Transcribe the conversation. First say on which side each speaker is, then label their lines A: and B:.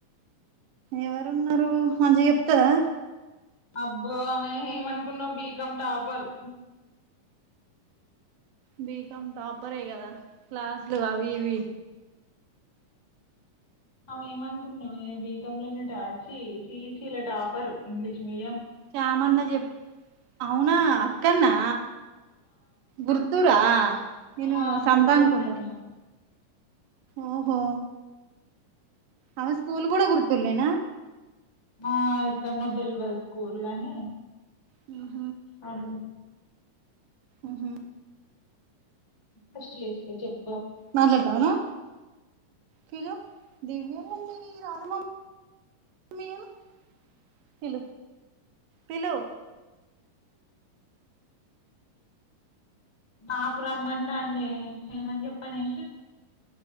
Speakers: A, on the right; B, on the left.
A: ఎవరు ఉన్నారు మంచిగా చెప్తదా
B: అబ్బో ఆమె ఏమనుకున్నావు్ బీకామ్ టాపర్
A: బీ కామ్ టాపరే కద క్లాస్ లో అవి ఇవి
B: ఆమె ఏమనుకున్నవే బీ కామ్ లోనే టార్ ఛీ సిఈసీలా టాపరు ఇంగ్లీష్ మీడియ
A: చామన్న చెప్ అవునా అక్కన్నా గుర్ చిత్తూరా నేను
B: ఆ
A: సమత
B: గుర్తూరు
A: అనుకుంటన్న
B: సెంట్
A: ఓహో ఆమె స్కూల్ కూడ గురుతుల్లేన
B: ఆ ఎక్కడనో తెలవదు స్కూల్ గాని
A: ఆ
B: అడు
A: మ్ హు
B: ఫస్ట్ లేస్త్ చెప్
A: మాట్లాడుతావా నువ్ కలు దివ్య మమ రాధమా ప పలు
B: బపు రమ్మంటండే ఏమని చెప్పనే